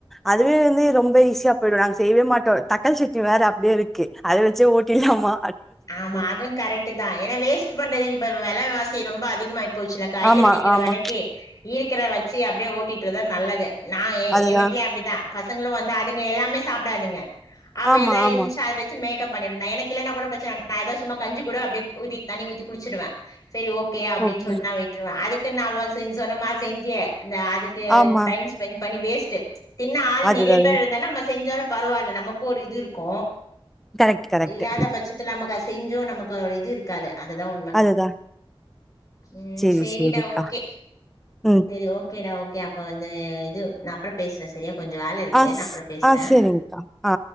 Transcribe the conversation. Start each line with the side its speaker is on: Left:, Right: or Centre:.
Centre: அதுவே வந்து ரொம்ப ஈஸியா போயுடு நாங்க செய்யவே மாட்டோ தக்காளி சட்னி வேற அப்படியே இருக்கு அதை வச்சே ஓட்டிடலாமா
Left: ஆமா அது கரெக்ட் தா ஏன்னா வேஸ்ட் பண்றது இப்ப வெளவாசி ரொம்போ அதிகமாயி போச்சுல காய்கறி
Centre: ஆமா
Left: விக்கிற
Centre: ஆமா
Left: வெளைக்கு இருக்கிற வச்சு அப்படியே ஓட்டிட்டுதா நல்லது நா எ
Centre: அதுதா
Left: எ வீட்லையு அப்படித்தா பசங்களு வந்து அதுங்க எல்லாமே சாப்பிடாதுங்க அப்ப
Centre: ஆமா
Left: ஏதா
Centre: ஆமா
Left: இருந்துச்சா அதை வச்சு மேப் பண்ணிருங்க எனக்கு இல்லேன்னா கூட பி சு நா ஏதாவது சும்மா கஞ்சி கூட அப்படியே ஊத்தி தன்னி ஊத்தி குடிச்சிடுவே சரி ஓக்கே அப்படின்னு
Centre: ஓகே
Left: சொல்லிட்டு நா அதுக்குனு நாம செய் சொன்னமாரி செஞ்சி இந்த அதுக் கு
Centre: ஆமா
Left: டைம் ஸ்பெண்ட் பண்ணி வேஸ்ட்டு தின்ன ஆள்
Centre: அதுதா
Left: நெறைய பேர் இருந்தானா அம்ம செஞ்சோர பரவால்ல நமக்கு ஒரு இது இருக்கு
Centre: கரெக்ட் கரெக்ட்
Left: இல்லாத பட்சத்து த்து நமக்கு அது செஞ்சு நமக்கு இது இருக்காது அதுதா உண்ம
Centre: அதுதா
Left: ம்
Centre: சேரி
Left: சேரிடா
Centre: சேரிக்கா
Left: ஓக்கே
Centre: ம்.
Left: செரி ஓக்கேடா நீ அப்ப வந்து இது நா அப்றோ பேசுறே சரியா கொஞ்சோ வேல இருக்கு
Centre: ஆ
Left: நா
Centre: ஸ்
Left: அப்றோ பேசுறே
Centre: ஆ சரிங்க்கா. ஆ